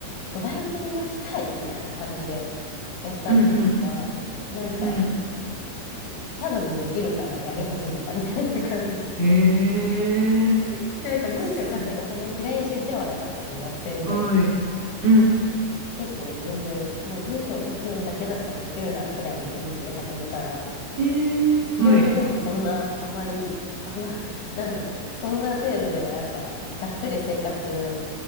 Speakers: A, on the left (about 80°); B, on the right (about 40°).
A: こうライティングしたいみたいな感じでやったってことは、
B: うん、
A: なんか、
B: うん、うん。
A: ただでできるからやり始めたみたいな感じ。
B: ええ。
A: <laughs> で、なんか文章書くのはそんな嫌いではなかったんで、
B: す
A: 学生時代から。
B: はい。うん。
A: 結構全然、まあ文章書くだけだったらできるな、くらいの気持ちで始めたら、
B: ええ、
A: 意外にでもそんな甘い、
B: はい。
A: 甘、<laughs> なんだろう、そんな程度ではやっぱ、がっつり生活